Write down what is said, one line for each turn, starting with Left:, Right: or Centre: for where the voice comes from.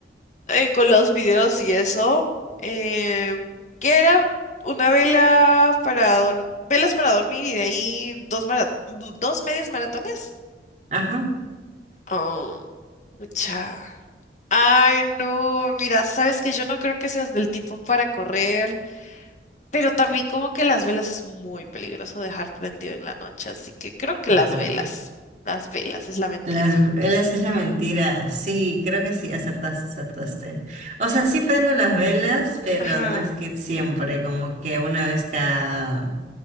Left: eh, con los videos y eso, eh, que era una vela para dormir, velas para dormir y de ahí dos mara- dos medios maratones.
Right: Ajá.
Left: Oh, mucha. Ay, no, mira, sabes que yo no creo que seas del tipo para correr, pero también como que las velas es muy peligroso dejar prendido en la noche, así que creo que
Right: ajá.
Left: las velas, las velas es la mentira.
Right: Las velas es la mentira. Sí, creo que sí, acertaste, acertaste. O sea, sí prendo las velas, pero
Left: Ajá,
Right: no es que siempre, como que una vez cada...